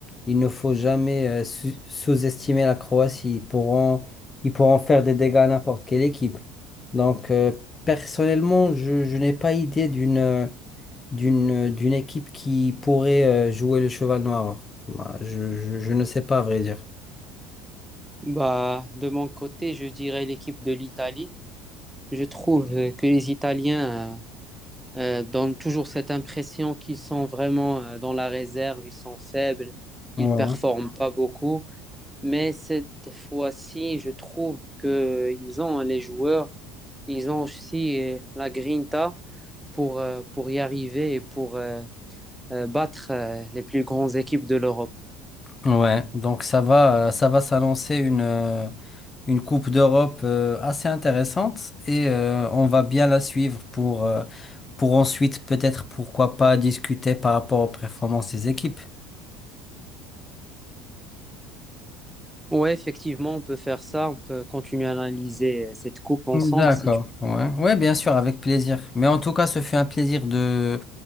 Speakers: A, on the left (about 25°); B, in the centre.
A: il ne faut jamais euh, sous- sous-estimer la Croatie. Ils pourront, ils pourront faire des dégâts à n'importe quelle équipe. Donc, euh, personnellement, je, je n'ai pas idée d'une, d'une, d'une équipe qui pourrait euh, jouer le cheval noir. Bah, je, je, je ne sais pas, à vrai dire.
B: Bah, de mon côté, je dirais l'équipe de l'Italie. Je trouve euh, que les Italiens euh, euh, donnent toujours cette impression qu'ils sont vraiment euh, dans la réserve, ils sont faibles, ils
A: Ouais.
B: performent pas beaucoup. Mais cette fois-ci, je trouve qu'ils ont les joueurs, ils ont aussi euh, la grinta pour, euh, pour y arriver et pour euh, euh, battre euh, les plus grandes équipes de l'Europe.
A: Ouais, donc ça va, euh, ça va s'annoncer une, euh, une Coupe d'Europe euh, assez intéressante et euh, on va bien la suivre pour, euh, pour ensuite peut-être pourquoi pas discuter par rapport aux performances des équipes.
B: Ouais, effectivement, on peut faire ça. On peut continuer à analyser euh, cette coupe ensemble
A: D'accord,
B: si tu
A: ouais, ouais, bien sûr, avec plaisir. Mais en tout cas, ce fut un plaisir de,